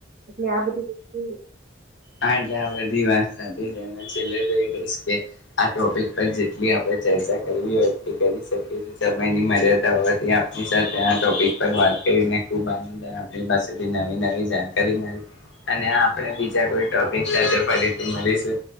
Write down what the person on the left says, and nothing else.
હ એટલે બધી વાત છેલ્લે તો રહીશ કે આ ટોપિક પર જેટલી આપણે ચર્ચા કરવી હોય એટલી કરી શકી સમયની મર્યાદા હોવાથી આપ સાથે આ ટોપીક પર વાત કરીને ખુબનંદ પાસેથી નવી નવી જાણકારી મળી અને આપણે બીજા કોઈ ટોપિક સાથે ફરીથી મલીશું